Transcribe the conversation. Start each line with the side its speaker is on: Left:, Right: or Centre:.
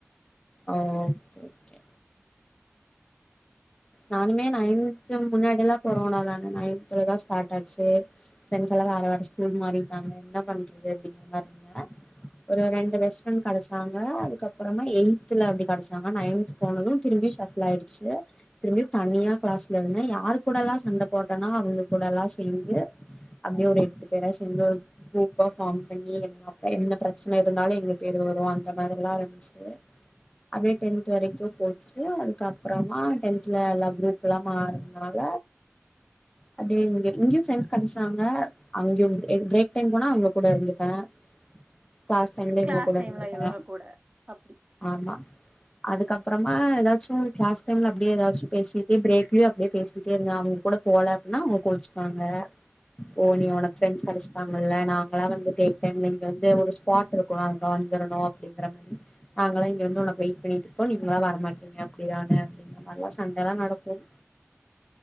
Left: ஓ ஒ ஓக்கே ஓக்கே நானுமே நைன்து முன்னாடி ல்லாம் கொரோனா தானே நைன்தலதான் ஸ்டார்ட் ஆச்சு ஃப்ரெண்ட்ஸ் எல்லாம் வேற வேற ஸ்கூல் மாறிட்டாங்க என்ன பண்றது அப்படிங்கனு மா இருங்க ஒரு ரெண்டு பெஸ்ட் ஃப்ரெண்ட் கிடைச்சாங்க அதுக்கப்புறமா எயி்த்ல அப்படி கிடைச்சாங்க நைன்த் போனதும் திரும்பி ஷஃபுல் ஆயிடுச்சு திரும்பி தனியா கிளாஸ்ல இருந்தே யார் கூடலாம் சண்டை போடுறேனோ அவுங்க கூடலாம் சேர்ந்து அப்டியே ஒரு எட்டு பேரா சேர்ந்து ஒரு குரூப்பா ஃபார்ம் பண்ணி எ அப்புறம் என்ன பிரச்சன இருந்தாலும் எங்க பேர் வரும் அந்த மாதிரிலாம் இருந்துச்சு அப்படியே டென்த் வரைக்கும் போச்சு அதுக்கப்புறமா டென்த் வல எல்லா குரூப் எல்லாம ஆறதுனால அப்படியே இங்க இங்கயும் ஃபிரெண்ட்ஸ் கடைசாங்க அங்கேயும் பிரேக் டைம் போனா அங்க கூட இருந்துப்பன் கிளாஸ் டைம் ல
Right: கிளாஸ்
Left: இங்க கூட
Right: டைம்ல
Left: இருந்திருபேன்
Right: இவங்க கூட அப்டி
Left: ஆமா அதுக்கப்புறமா ஏதாச்சும் கிளாஸ் தெர்ல அப்டியே எதாச்சும் ஏ பிரேக்லயும் அப்படியே பேசிக்கிட்டே இருந்தேங்க அவுங்க கூட போல அப்டின்னா அவுங்க கோச்ப்பாங்க ஓ நீ உனக்கு ஃப்ரெண்ட்ஸ் கெடச்சிட்டாங்கல்ல நான் அங்களா வந்து பிரேக் டைம்ல இங்க இத ஒரு ஸ்பாட் இருக் அங்க வந்துரனும் அப்டின்னு மறி நாங்களா இங்க வந்து உனக்கு வெயிட் பண்ணிட்டு இருப்போம் நீங்களா வரமாட்டீங்க அப்டிதானே அப்டிக்கிற மாறில சண்டெல்லாம் நடக்கும்